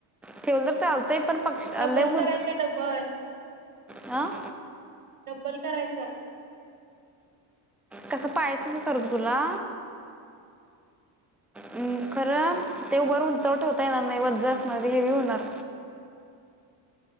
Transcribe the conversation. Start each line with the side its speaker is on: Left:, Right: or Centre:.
Centre: ठेवलं तर चालतय. ते पण पक्ष लय
Right: डब्बल
Centre: उंच
Right: करायचं डबल
Centre: आं.
Right: डब्बल करायचा.
Centre: कसं पायस करू तुला? हम खरं ते वर उंचा ठेवता येणार नाही वज असणार हेवी होणार.